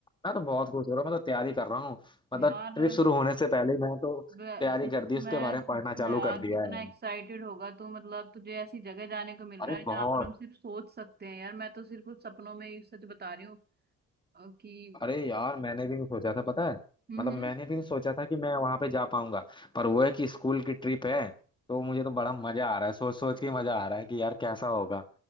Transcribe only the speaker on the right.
यार
वे- सच
में
सच
में
यार
कितना
एक्साइटेड होगा तू मतलब तुझे ऐसी जगह जाने को मिल
रहा है जहां
पर हम सिर्फ सोच सकते हैं यार मैं तो सिर्फ कुछ सपनों में ही सच बता रही हूँ अ, कि
हम्म
हम्म,